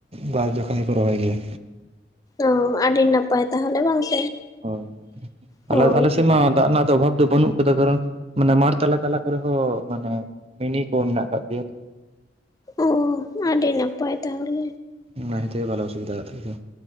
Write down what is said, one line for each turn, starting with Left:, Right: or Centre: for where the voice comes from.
Right: ᱵᱟᱨ ᱡᱚᱠᱷᱟ ᱜᱮᱠᱚ ᱨᱚᱦᱚᱭ ᱜᱮᱭᱟ
Left: ᱚ ᱟᱹᱰᱤ ᱱᱟᱯᱟᱭ ᱛᱟᱦᱚᱞᱮ ᱵᱟᱝ ᱥᱮ
Right: ᱦᱳᱭ
Left: ᱦᱳᱭ
Right: ᱟᱞᱮ ᱟᱞᱮ ᱥᱮᱫ ᱢᱟ ᱫᱟᱜ ᱨᱮᱱᱟᱜ ᱫᱚ ᱚᱵᱷᱟᱵ ᱫᱚ ᱵᱟᱹᱱᱩᱜ ᱠᱟᱫᱟ ᱠᱟᱨᱚᱱ ᱢᱟᱱᱮ ᱢᱟ ᱛᱟᱞᱟ ᱛᱟᱞᱟ ᱠᱚᱨᱮ ᱦᱚᱸ ᱢᱟᱱᱮ ᱢᱤᱱᱤ ᱠᱚ ᱢᱮᱱᱟᱜ ᱠᱟᱫ ᱜᱮᱭᱟ
Left: ᱚ ᱟᱹᱰᱤ ᱱᱟᱯᱟᱭ ᱛᱟᱦᱚᱞᱮ
Right: ᱚᱱᱟ ᱠᱷᱟᱛᱤᱨ ᱵᱟᱞᱮ ᱚᱥᱩᱵᱤᱫᱷᱟᱜᱼᱟ ᱛᱮᱫᱚ